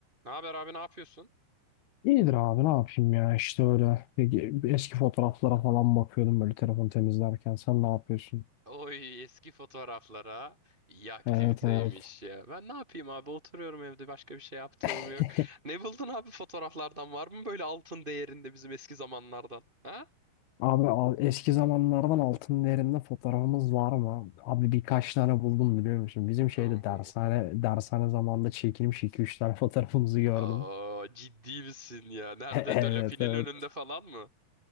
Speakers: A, on the right; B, on the left.
A: Ne haber abi ne yapıyorsun?
B: İyidir abi ne yapayım ya işte öyle Bir- eski fotoğraflara falan bakıyordum böyle telefon temizlerken sen ne yapıyorsun?
A: Oy eski fotoğraflara iyi aktiviteymiş
B: Evet evet.
A: ya. Ben ne yapayım abi oturuyorum evde başka bir şey yaptığım
B: <laughs>
A: yok. Ne buldun abi fotoğraflardan var mı böyle altın değerinde bizim eski zamanlardan? Ha?
B: Abi al- eski zamanlardan altın değerinde fotoğrafımız var mı? Abi birkaç tane buldum biliyor musun? Bizim şeyde
A: Oo.
B: dershane dershane zamanında çekilmiş iki üç tane fotoğrafımızı gördüm.
A: Aa, ciddi misin ya? Nerede
B: <laughs> Evet
A: Dölapi'nin
B: evet.
A: önünde falan mı?